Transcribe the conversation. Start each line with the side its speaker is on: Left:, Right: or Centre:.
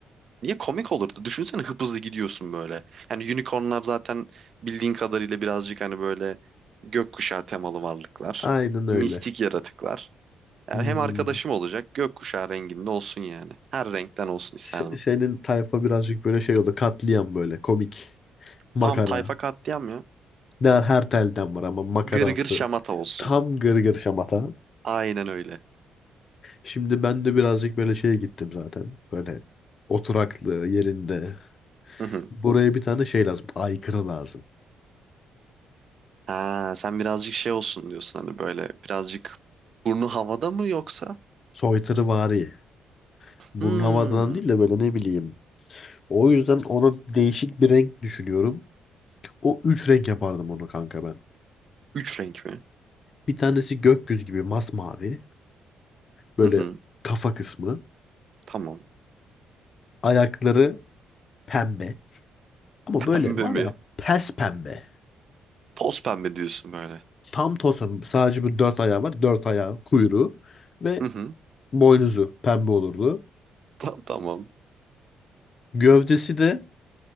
Right: Niye komik olurdu? Düşünsene hıpızlı gidiyorsun böyle. Yani unicornlar zaten bildiğin kadarıyla birazcık hani böyle gökkuşağı temalı varlıklar.
Left: Aynen öyle.
Right: Mistik yaratıklar. Yani
Left: Hmm.
Right: hem arkadaşım olacak gökkuşağı renginde olsun yani. Her renkten olsun isterdim.
Left: Se- Senin tayfa birazcık böyle şey oldu. Katliam böyle komik. Makara.
Right: Tam tayfa katliam ya.
Left: Der her telden var ama makaransı.
Right: Gırgır şamata olsun.
Left: Tam gırgır şamata.
Right: Aynen öyle.
Left: Şimdi ben de birazcık böyle şeye gittim zaten. Böyle oturaklı yerinde.
Right: Hı hı.
Left: Buraya bir tane şey lazım. Aykırı lazım.
Right: Ha, sen birazcık şey olsun diyorsun hani böyle birazcık burnu havada mı yoksa?
Left: Soytarıvari. Burnavadan
Right: Hmm.
Left: değil de böyle ne bileyim. O yüzden ona değişik bir renk düşünüyorum. O üç renk yapardım onu kanka ben.
Right: Üç renk mi?
Left: Bir tanesi gökyüzü gibi masmavi. Böyle
Right: Hı hı.
Left: kafa kısmı.
Right: Tamam.
Left: Ayakları pembe. Ama
Right: <laughs>
Left: böyle
Right: Pembe
Left: var
Right: mi?
Left: ya pes pembe.
Right: Toz pembe diyorsun böyle.
Left: Tam tosun. Sadece bu dört ayağı var. Dört ayağı, kuyruğu ve
Right: Hı hı.
Left: boynuzu pembe olurdu.
Right: Ta- tamam.
Left: Gövdesi de